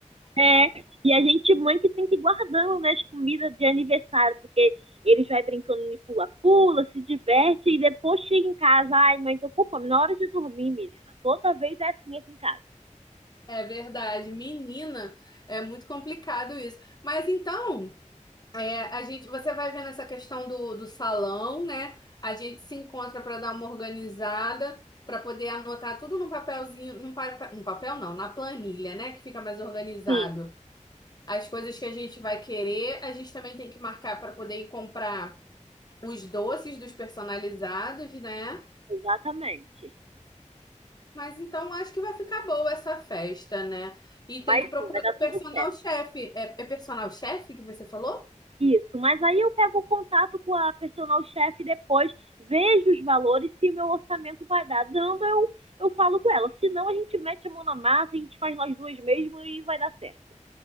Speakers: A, on the right (about 50°); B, on the left (about 30°).
A: É, e a gente, mãe, que tem que ir guardando, né, as comidas de aniversário, porque eles vai brincando de pula-pula, se diverte, e depois chega em casa, ai, mãe, tô com fome. Na hora de dormir, menina, toda vez é assim aqui em casa.
B: É verdade. Menina, é muito complicado isso. Mas então, A gente, você vai vendo essa questão do, do salão, né? A gente se encontra para dar uma organizada, para poder anotar tudo num papelzinho, num, pa- num papel não, na planilha, né? Que fica mais organizado.
A: Sim,
B: As coisas que a gente vai querer, a gente também tem que marcar para poder ir comprar os doces dos personalizados, né?
A: exatamente.
B: Mas então acho que vai ficar boa essa festa, né? E tem
A: Mas
B: que procurar
A: sim, vai dar
B: o personal
A: tudo certo.
B: chefe. É, é personal chefe que você falou?
A: Isso, mas aí eu pego o contato com a personal chefe depois, vejo os valores, se meu orçamento vai dar dando, eu, eu falo com ela. Se não, a gente mete a mão na massa, a gente faz nós duas mesmo e vai dar certo.